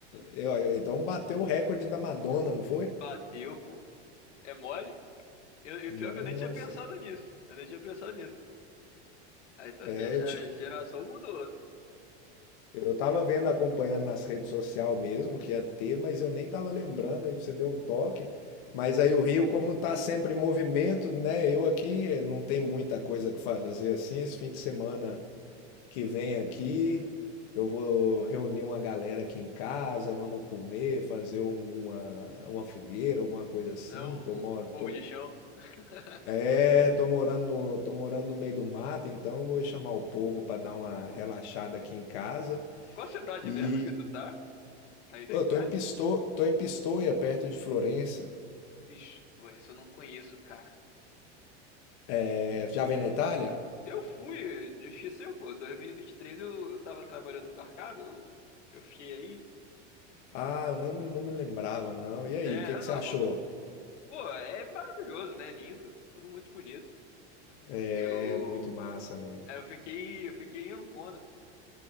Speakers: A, on the left; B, on the left.
A: Eu- então bateu o recorde da Madonna, não foi?
B: Bateu, pô. É mole? Eu- E pior
A: Nossa.
B: que eu nem tinha pensado nisso. Eu nem tinha pensado nisso. A, a-
A: É, eu, ti-
B: a geração mudou.
A: Eu tava vendo, acompanhando nas redes sociais mesmo que ia ter, mas eu nem tava lembrando, aí você deu um toque. Mas aí o Rio, como tá sempre em movimento, né? Eu aqui eh, não tem muita coisa que fazer assim. Esse fim de semana que vem aqui, eu vou reunir uma galera aqui em casa, vamos comer, fazer um- uma, uma fogueira, alguma coisa assim,
B: É um
A: que eu moro, tô,
B: fogo
A: mo-
B: de chão. <laughs>
A: é, tô morando no, tô morando no meio do mato, então eu vou chamar o povo para dar uma relaxada aqui em casa.
B: Qual cidade
A: E
B: mesmo que tu tá? Aí
A: Pô,
B: da Itália?
A: Eu tô em Pisto... tô em Pistoia, perto de Florença.
B: Ixi, pô, essa eu não conheço, cara.
A: É, já vem na Itália?
B: Eu fui, eu esqueceu, pô. 2023 eu, eu tava trabalhando no embarcado, eu, eu fiquei aí.
A: Ah, eu não, me- não me lembrava, não. E aí,
B: É,
A: o que que
B: é normal.
A: você achou?
B: Pô, é maravilhoso, né? Lindo. Tudo muito bonito.
A: É
B: Eu,
A: muito massa mesmo.
B: é, eu fiquei, eu fiquei em Ancona,